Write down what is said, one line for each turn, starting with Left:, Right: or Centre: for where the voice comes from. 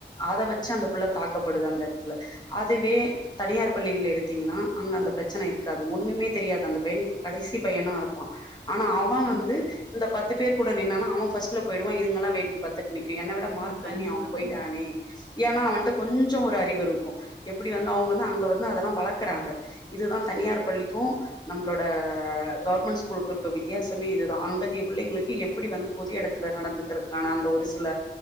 Left: அத வச்சு அந்த புள்ள தாக்கப்படுது அந்த எடத்துல அதுவே தனியார் பள்ளிகள் எடுத்தீங்கன்னா அங்க அந்த ப்ரச்சன இருக்காது ஒண்ணுமே தெரியாது அந்த பையனுக்கு கடைசி பையனா இருப்பா ஆனா அவ
Right: கண்டிப்பா, கண்டிப்பா,
Left: வந்து இந்த பத்து பேரு கூட நின்னானா அவ ஃபஸ்ட்ல போய்டுவா இதுங்கல்லா வேடிக்க பாத்துட் நிக்கு என்ன விட மார்க்
Right: அ
Left: கம்மி
Right: கண்டிப்பா,
Left: அவ போய்ட்டானே
Right: கண்டிப்பா,
Left: ஏனா அவன்ட்ட கொஞ்சொ ஒரு அறிவு இருக்கு எப்டி வந்து அவ்ங்க வந்து அங்க வந்து அதெல்லா வளக்குறாங்க இதுதா தனியார் பள்ளிக்கு நம்மளோட கவர்மெண்ட் ஸ்கூலுக்கு இருக் கு வித்தியாசமே இதுதா அங்கத்ய புள்ளைங்களுக்கு எப்டி வந்து பொது எடத்துல நடந்துக்குறதுக்கான அந்த ஒரு சில